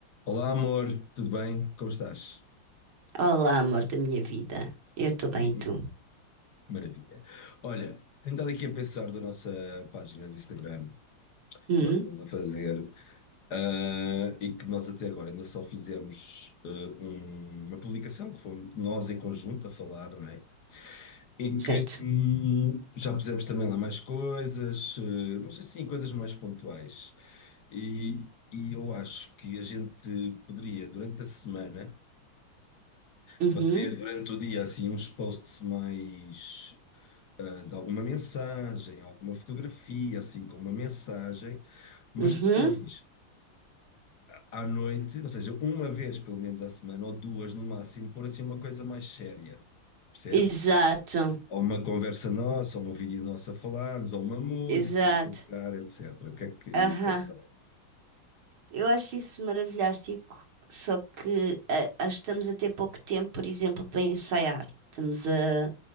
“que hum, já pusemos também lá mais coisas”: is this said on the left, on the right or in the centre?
Left